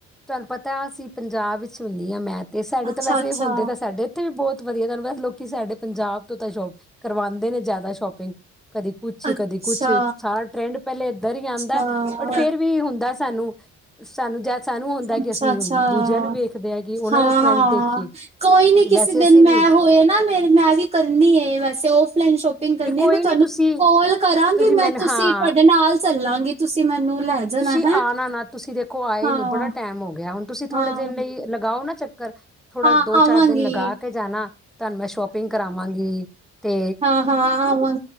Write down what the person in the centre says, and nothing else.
ਤਾਨੂੰ ਪਤਾ ਅਸੀਂ ਪੰਜਾਬ ਵਿੱਚ ਹੁੰਦੀ ਹਾਂ ਮੈਂ ਇਸ ਸਾਲ
ਦੇ ਵੈਸੇ
ਹੁੰਦੇ ਤਾਂ ਸਾਡੇ ਤੇ ਬਹੁਤ ਵਧੀਆ ਗੱਲ ਐ ਲੋਕੀ ਸਾਡੇ ਪੰਜਾਬ ਤੋਂ ਤਾਂ ਸ਼ੋਪ ਕਰਵਾਦੇ ਨੇ ਜ਼ਿਆਦਾ ਸ਼ੋਪਿੰਗ ਕਦੀ ਕੁਛ
ਕਦੇ ਕੁਛ ਸਾਰਾ ਟਰੈਂਡ ਪਹਿਲੇ ਇੱਧਰ ਹੀ ਆਦਾ
ਬਟ ਫੇਰ ਵੀ ਹੁੰਦਾ ਸਾਨੂੰ ਸਾਨੂੰ ਜੇ ਸਾਨੂੰ ਹੁੰਦਾ
ਕਿ ਅਸੀਂ
ਦੂਜਿਆਂ ਨੂੰ ਵੇਖਦੇ ਆ ਕਿ ਉਹਨਾਂ
ਦਾ ਟਰੈਂਡ
ਦੇਖੀਏ।
ਵੈਸੇ
ਅਸੀਂ
ਵੀ
ਇਹ ਕੋਈ
ਨੀ ਤੁਸੀਂ
ਤੁਸੀਂ
ਮੈਨੂੰ
ਹਾਂ
ਤੁਸੀਂ
ਆਣਾ ਨਾ ਤੁਸੀਂ ਦੇਖੋ ਆਏ
ਨੀ ਬੜਾ ਟੈਮ ਹੋ ਗਿਆ ਹੁਣ ਤੁਸੀਂ ਥੋੜੇ
ਦਿਨ ਲਈ ਲਗਾਓ ਨਾ ਚੱਕਰ, ਥੋੜਾ
ਦੋ ਚਾਰ
ਦਿਨ ਲਗਾ ਕੇ ਜਾਨਾ, ਤੁਹਾਨੂੰ ਮੈਂ ਸ਼ੋਪਿੰਗ ਕਰਾਵਾਂਗੀ। ਤੇ